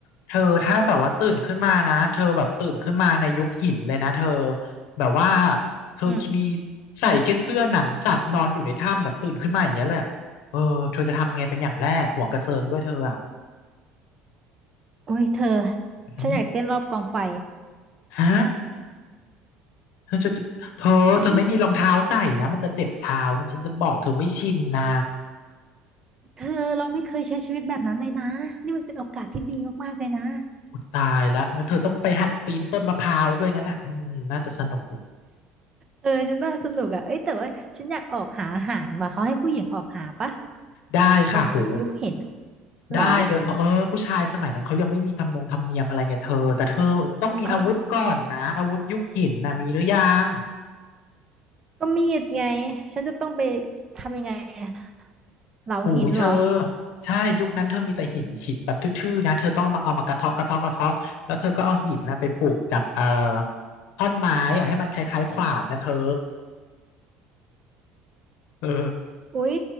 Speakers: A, on the left (about 75°); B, on the right (about 25°).
A: เธอถ้าแบบว่าตื่นขึ้นมานะเธอแบบตื่นขึ้นมาในยุคหินเลยนะเธอแบบว่าเธอมี
B: อืม
A: ใส่แค่เสื้อหนังสัตว์นอนอยู่ในถ้ำแบบตื่นขึ้นมาอย่างเงี้ยเลยอะเออเธอจะทำไงเป็นอย่างแรกหัวกระเซิงด้วยเธออ่ะ
B: โอ้ยเธอ
A: อืม
B: ฉันอยากเต้นรอบกองไฟ
A: ฮะเธอจะเธอเธอไม่มีรองเท้าใส่นะมันจะเจ็บเท้านะฉันจะบอกเธอไม่ชินนะ
B: ฉันฉันเธอเราไม่เคยใช้ชีวิตแบบนั้นเลยนะนี่มันเป็นโอกาสที่ดีมากๆเลยนะ
A: อุยตายละแล้วเธอต้องไปหัดปีนต้นมะพร้าวด้วยงั้นอ่ะอืมน่าจะสนุก
B: เออฉันน่าสนุกอ่ะเอ้ยแต่ว่าฉันอยากออกหาอาหารว่ะเขาให้ผู้หญิงออกหาปะ
A: ได้ค่ะโห
B: ตอนยุคเห็นอะเหรอ
A: ได้เลยเพราะเออผู้ชายสมัยนั้นเขายังไม่มีทำนงธรรมเนียมอะไรเงี้ยเธอแต่เธอต้องมีอาวุธก่อนนะอาวุธยุคหินนะมีหรือยัง
B: อ๋อก็มีดไงฉันจะต้องไปทำยังไงอะเหลาหินเหรอ
A: หูอยเธอใช่ยุคนั้นเธอมีแต่หินหินแบบทื่อๆนะเธอต้องเอามาเอามากระเทาะกระเทาะกระเทาะแล้วเธอก็เอาหินนะไปผูกกับเอ่อท่อนไม้อะให้มันคล้ายๆขวานนะเธอเออ
B: อุ๊ย